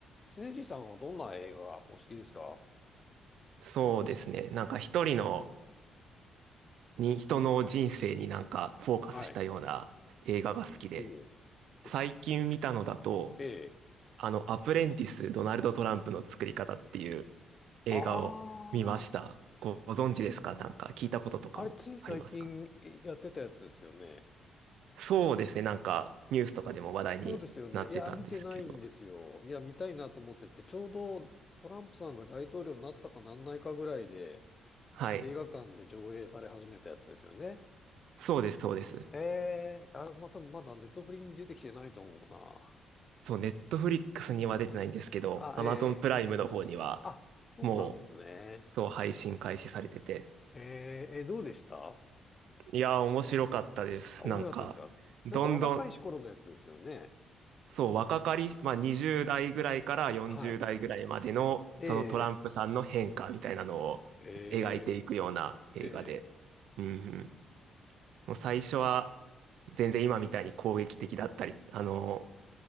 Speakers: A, on the left (about 35°); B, on the right (about 80°).
A: せいじさんはどんな映画がお好きですか
B: そうですね。なんか一人のに、人の人生になんかフォーカスしたような映画が好きで、
A: はい。おうえ、
B: 最近見たのだと、
A: ええ。
B: あの、アプレンティス・ドナルド・トランプの作り方っていう映画を見ました。
A: ああ、
B: ごご存知ですかなんか聞いたこととかもありますか
A: あれつい最近やってたやつですよね。
B: そうですね。なんかニュースとかでも話題になってたんですけど。
A: そうですよね。いや、見てないんですよ。いや、見たいなと思ってて、ちょうどトランプさんが大統領になったかなんないかぐらいで、
B: はい。
A: 映画館で上映され始めたやつですよね。
B: そうです、そうです。
A: ええ、あ、また、多分まだネットフリに出てきてないと思うな。
B: そう、ネットフリックスには出てないんですけど、
A: あ、
B: アマゾンプライムの方には、
A: ええ。あ、そうなんですね。
B: もう、そう、配信開始されてて、
A: ええ、えどうでした
B: いやー、面白かったです。
A: あ、面白かったですかなんか若かりし頃のやつですよね。
B: なんか、どんどん、そう、若かり、まあ、20代ぐらいから40代ぐらいまでの、
A: はい。ええ、
B: そのトランプさんの変化みたいなのを描いていくような映画で。
A: ええ、ええ、
B: うんうん。もう最初は、全然今みたいに攻撃的だったり、あの、